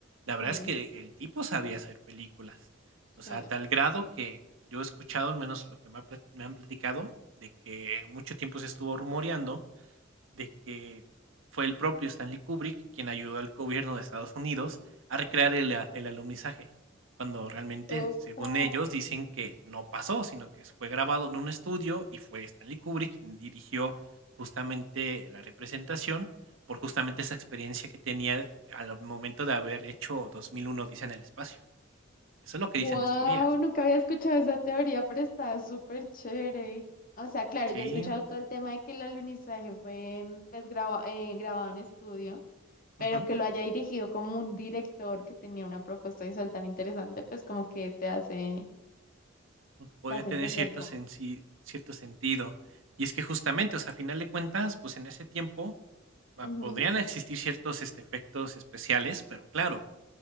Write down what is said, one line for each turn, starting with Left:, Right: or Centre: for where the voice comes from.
Right: la
Left: Claro.
Right: verdad es que el tipo sabía hacer películas. O sea,
Left: sí.
Right: a tal grado que yo he escuchado, al menos lo que me ha plat me han platicado, de que mucho tiempo se estuvo rumoreando de que fue el propio Stanley Kubrick quien ayudó al gobierno de Estados Unidos a recrear el, a- el alunizaje, cuando realmente,
Left: Opa.
Right: según ellos, dicen que no pasó, sino que fue grabado en un estudio y fue Stanley Kubrick quien dirigió justamente la representación por justamente esa experiencia que tenía al momento de haber hecho 2001 Dice en el espacio. Eso es lo que
Left: Wow,
Right: dicen las teorías.
Left: nunca había escuchado esa teoría, pero está súper chévere. O sea, claro,
Right: Sí.
Left: yo he escuchado todo el tema de que el alunizaje fue em, pues, graba- eh, grabado en estudio, pero
Right: ujú.
Left: que lo haya dirigido como un director que tenía una propuesta visual tan interesante, pues como que te hace,
Right: como que podía
Left: te hace
Right: tener
Left: entender
Right: cierto
Left: cómo.
Right: sensi cierto sentido. Y es que justamente, o sea, a final de cuentas, pues en ese tiempo ah,
Left: Ujú,
Right: podrían existir ciertos este, efectos especiales, pero claro,